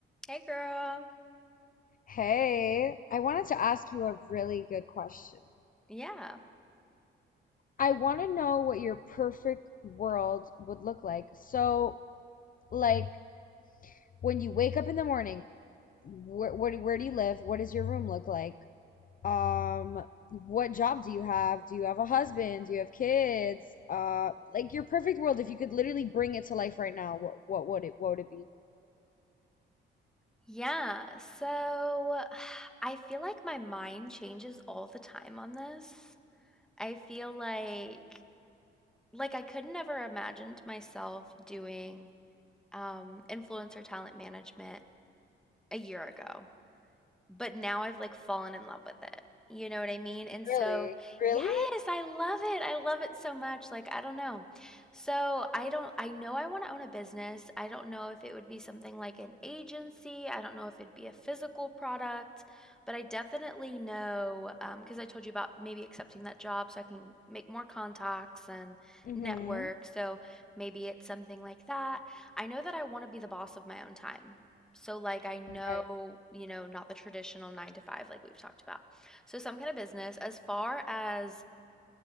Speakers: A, in the centre; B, on the left.
A: Hey girl.
B: Hey, I wanted to ask you a really good question.
A: Yeah.
B: I want to know what your perfect world would look like. So, like when you wake up in the morning, where where do, where do you live? What does your room look like? Um, what job do you have? Do you have a husband? Do you have kids? Uh, like your perfect world, if you could literally bring it to life right now, what what would it what would it be?
A: Yeah. So <sighs> I feel like my mind changes all the time on this. I feel like like I could never imagined myself doing um influencer talent management a year ago. but now I've like fallen in love with it. You know what I mean? And
B: Really?
A: so,
B: Really?
A: yes, I love it. I love it so much. Like, I don't know. So, I don't, I know I want to own a business. I don't know if it would be something like an agency. I don't know if it'd be a physical product, but I definitely know, um, because I told you about maybe accepting that job so I can make more contacts and
B: Mm-hmm.
A: network. So, maybe it's something like that. I know that I want to be the boss of my own time. So, like, I know,
B: Right.
A: you know, not the traditional nine to five, like we've talked about. So, some kind of business. As far as